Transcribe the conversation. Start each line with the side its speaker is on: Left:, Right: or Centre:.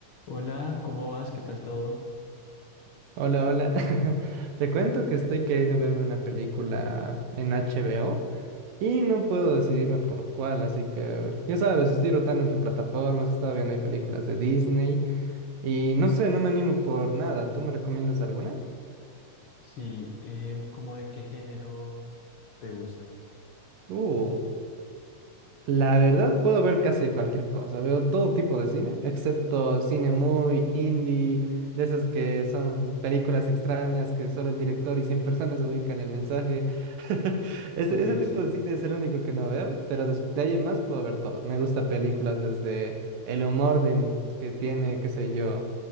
Left: Hola, ¿cómo vas? ¿Qué tal todo?
Right: Hola, hola. <laughs> Te cuento que estoy queriendo verme una película en HBO y no puedo decidirme por cuál, así que ya sabes, estoy rotando entre plataformas, estaba viendo hay películas de Disney y no sé, no me animo por nada. ¿Tú me recomiendas alguna?
Left: Sí, em, ¿cómo de qué género te gustan?
Right: Uh, la verdad puedo ver casi cualquier cosa, veo todo tipo de cine, excepto cine muy indie, de esas que son películas extrañas que solo el director y 100 personas ubican el mensaje. Ese,
Left: Ok,
Right: ese tipo
Left: sí.
Right: de cine es el único que no veo, pero des- de ahí en más puedo ver todo. Me gusta películas desde el humor de- que tiene, qué sé yo,